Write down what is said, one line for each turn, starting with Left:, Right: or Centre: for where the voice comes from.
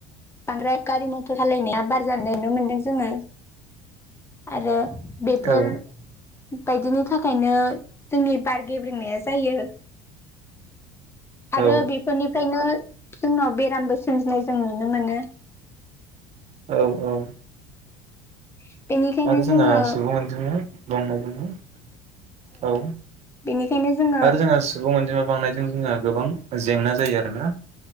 Left: बांद्राय गारि मथर सालायनाया बार जानाय नुनो मोनदों जोङो आरो बेफोर
Right: औ
Left: बायदिनि थाखायनो जोंनि बार गेब्रेनाय। जायो आरो
Right: औ
Left: बेफोरनिफ्रायनो जोंनाव बेरामबो सोमजिनाय जों नुनो मोनो।
Right: औ औ।
Left: <unintelligible>
Right: आरो जोंना
Left: जोङो
Right: सुबुं अनजिमाया <inaudible> औ
Left: बेनिखायनो जोङो
Right: आरो जोंहा सुबुं अनजिमा बांनाय। <inaudible> जोंहा गोबां जेंना जायो आरोना।